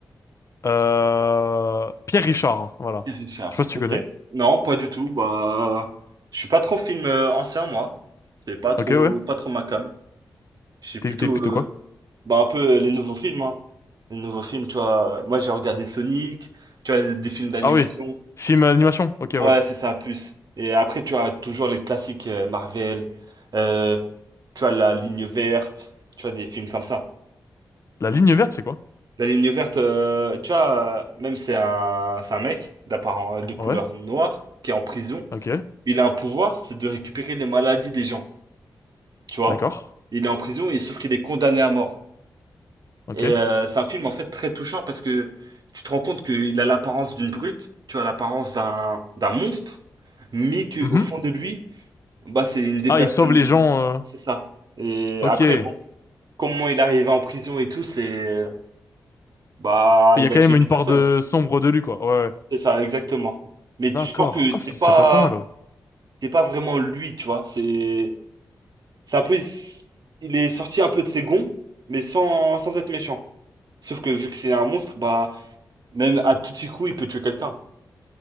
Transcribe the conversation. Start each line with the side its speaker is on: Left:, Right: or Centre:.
Left: euh, Pierre Richard, voilà.
Right: Pierre Richard,
Left: Je sais pas si
Right: ok.
Left: tu connais.
Right: Non, pas du tout. Bah, je suis pas trop film euh, ancien, moi. C'est pas trop,
Left: Ok, ouais.
Right: pas trop ma came. Je suis
Left: T'es
Right: plutôt,
Left: t'es plutôt
Right: euh,
Left: quoi?
Right: bah, un peu euh, les nouveaux films, hein. Les nouveaux films, tu vois. euh, Moi, j'ai regardé Sonic, tu vois, des films d'animation.
Left: Ah oui. Film animation. Ok,
Right: Ouais,
Left: ouais.
Right: c'est ça, plus. Et après, tu as toujours les classiques euh, Marvel, euh, tu as La Ligne Verte, tu vois, des films comme ça.
Left: La ligne verte, c'est quoi?
Right: La Ligne Verte, euh, tu vois, euh, même c'est un, c'est un mec d'apparence, euh, de couleur
Left: Ouais.
Right: noire qui est en prison.
Left: Ok.
Right: il a un pouvoir, c'est de récupérer les maladies des gens, tu vois.
Left: D'accord.
Right: Il est en prison et sauf qu'il est condamné à mort.
Left: Ok.
Right: Et euh, c'est un film en fait très touchant parce que tu te rends compte qu'il a l'apparence d'une brute, tu as l'apparence d'un d'un monstre, mais que
Left: Mhm.
Right: au fond de lui, bah c'est une des
Left: Ah,
Right: personnes,
Left: il sauve les
Right: les-
Left: gens. euh,
Right: c'est ça. Et
Left: Ok.
Right: après bon, comment il est arrivé en prison et tout, c'est bah
Left: Il
Right: il
Left: y a quand
Right: a tué
Left: même
Right: des
Left: une
Right: personnes,
Left: part de sombre de lui, quoi. Ouais, ouais.
Right: c'est ça exactement. Mais tu
Left: D'accord.
Right: sens que
Left: Ah,
Right: c'est
Left: ça,
Right: pas
Left: ça peut être pas mal, ouais.
Right: c'est pas vraiment lui, tu vois, c'est C'est un peu, il est sorti un peu de ses gonds, mais sans, sans être méchant. Sauf que vu que c'est un monstre, bah, même à tout petit coup, il peut tuer quelqu'un.